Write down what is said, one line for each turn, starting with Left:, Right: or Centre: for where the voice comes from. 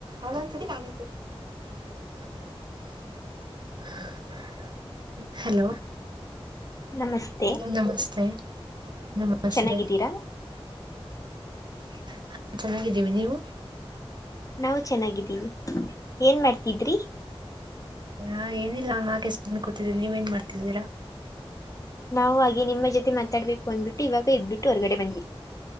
Right: ಅವಳೊಂದು ಸತಿ ನಾನೊಂದು ಸತಿ <unintelligible> ಹಲೋ
Left: ನಮಸ್ತೆ
Right: <unintelligible> ನಮಸ್ತೆ ನಮಸ್ತೆ
Left: ಚೆನ್ನಾಗಿದ್ದೀರಾ
Right: ಹ <unintelligible> ಚೆನ್ನಾಗಿದ್ದೀವಿ ನೀವು
Left: ನಾವು ಚೆನ್ನಾಗಿದ್ದೀವಿ ಏನ್ ಮಾಡ್ತಿದ್ರಿ?
Right: ಹಾ ಏನಿಲ್ಲ ಹಾಗೆ ಸುಮ್ಮನೆ ಕೊಡ್ತಿದ್ದೀವಿ ನೀವ ಏನ್ ಮಾಡ್ತಿದ್ದೀರಾ?
Left: ನಾವು ಹಾಗೆ ನಿಮ್ಮ ಜೊತೆ ಮಾತಾಡ್ಬೇಕು ಅಂದ್ಬಿಟ್ಟು ಇವಾಗ ಎದ್ಬಿಟ್ಟು ಹೊರಗಡೆ ಬಂದ್ವಿ